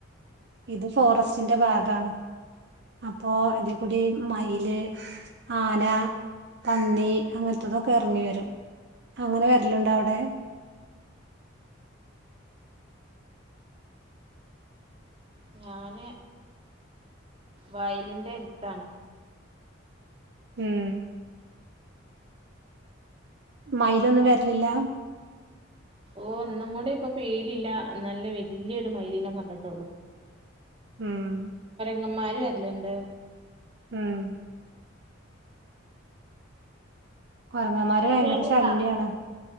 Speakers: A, on the right; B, on the right.
A: ഇത് ഫോറസ്റ്റിന്റെ ഭാഗാണ് ഇപ്പോ ഇതേ കൂടി
B: ഉം
A: മൈ ൽ ആന പന്നി അങ്ങതൊക്കെ ഇറങ്ങി വരും അങ്ങനെ വരലുണ്ടോ അവിടെ
B: ഞാൻ വയലിന്റെ അടുത്താണ്
A: ഉം മൈലൊന്നും വരലില്ല
B: ഓ ഒന്നും കൂടി ഇപ്പൊ പേലില്ല നല്ല വല്യൊരു മൈലീനെ കണ്ടിട്ടുള്ളു
A: ഹ്മ്മ്
B: ങ്ങമാരും വരലുണ്ട്
A: ഉം കുറങ്ങന്മാര്
B: എന്നാ
A: ഭയങ്കര
B: ശരിന്നാ
A: ശല്യണ്